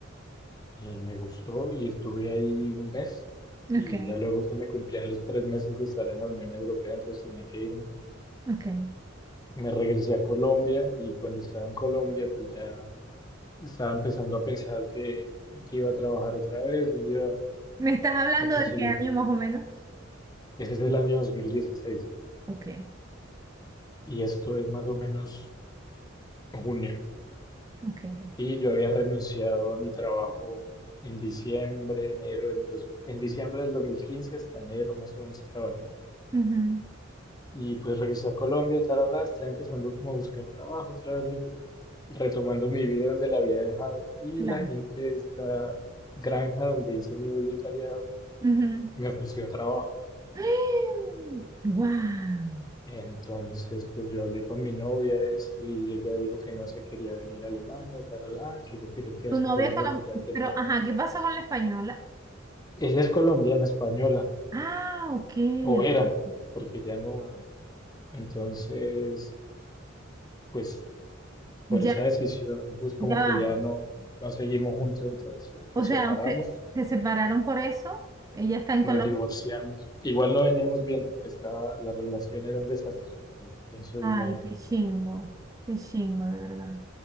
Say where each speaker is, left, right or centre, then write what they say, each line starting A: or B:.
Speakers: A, on the left; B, on the right.
A: Y me gustó y estuve ahí un mes
B: ok,
A: y ya luego se me cumplían los tres meses de estar en la Unión Europea, entonces tenía que irme.
B: ok.
A: Me regresé a Colombia y cuando estaba en Colombia pues ya estaba empezando a pensar que, que iba a trabajar otra vez, dónde iba
B: ¿Me estás hablando
A: a conseguir.
B: de qué año más o menos?
A: Ese es el año 2016
B: Ok,
A: y esto es más o menos junio.
B: ok.
A: Y yo había renunciado a mi trabajo en diciembre, enero del dos- en diciembre del 2015 hasta enero más o menos trabajé.
B: ujú.
A: Y pues regresé a Colombia, tarala, estaba empezando como a buscar trabajo, otra vez re- retomando mi vida donde la había dejado. Y
B: Claro.
A: la gente de esta granja donde hice mi voluntariado
B: Ujú.
A: me ofreció trabajo.
B: <gasps> ¡guau!
A: Entonces, pues yo hablé con mi novia de esto y ella dijo que no se quería venir a Alemania, tarala, que ella quería quedarse
B: Tu novia
A: en Colombia
B: colombiana.
A: porque ya tenía.
B: Pero, ajá, ¿qué pasó con la española?
A: Ella es colombiana, española,
B: Ah, ok.
A: o
B: ok.
A: era, porque ya no. Entonces, pues por
B: Ya,
A: esa decisión, pues como
B: ya va.
A: que ya no, no seguimos juntos, entonces
B: O
A: nos
B: sea,
A: separamos,
B: usted, se separaron por eso. Ella está en
A: nos
B: Colombia.
A: divorciamos. Igual no veníamos bien, estaba, la relación era un desastre también, entonces
B: Ay,
A: no.
B: qué chimbo. Qué chimbo, de verdad.